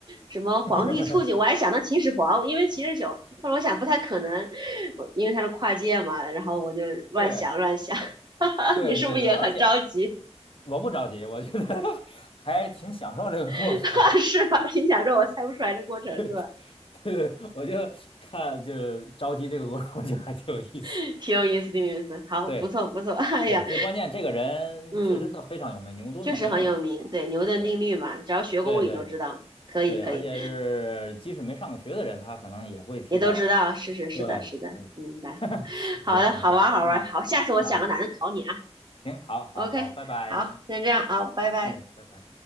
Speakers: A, on the right; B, on the left.
A: 什么皇帝促进，
B: <laughs>
A: 我还想到秦始皇，因为秦始皇，后来我想不太可能，我因为他是跨界嘛，然后我就乱想乱想，
B: 对
A: <laughs> 哈哈，
B: 对对对，
A: 你是不是也很着急？
B: 而且我不着急，我觉得 <laughs> 还挺享受这个过程。
A: <laughs> 是吧？<laughs> 心想说我猜不出来这过程是吧？
B: <laughs> <laughs> 对对，我就看就是着急这个过程，我觉得还挺有意思的。
A: <laughs> 挺有意思，挺有意思，好，
B: 对
A: 不错不错，<laughs> 哎呀，
B: 对，最关键这个人确实他非常有名，
A: 嗯，
B: 牛顿嘛，
A: 确实很有名，
B: 没有人不知道。
A: 对牛顿定律嘛，
B: 对
A: 只要学过物理都知道，
B: 对对对
A: 可以可以。
B: 对，而且是即使没上过学的人，他可能也会听到。
A: 也都知道，是是是的，
B: 对对对对，
A: 是的，明白。
B: <laughs>
A: 好的，
B: 我觉得还挺哏儿，
A: 好玩儿好玩儿好，
B: 是吧？
A: 下次我想个男的考你啊。
B: 啊啊，行，好，好，
A: OK，
B: 好，拜拜，
A: 好，先这样啊，拜拜。
B: 哎，拜拜。